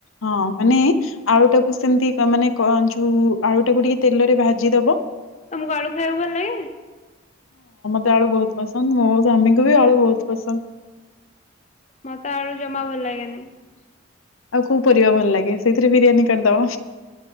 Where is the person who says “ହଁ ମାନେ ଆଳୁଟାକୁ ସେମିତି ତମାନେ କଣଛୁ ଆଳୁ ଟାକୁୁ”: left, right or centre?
Left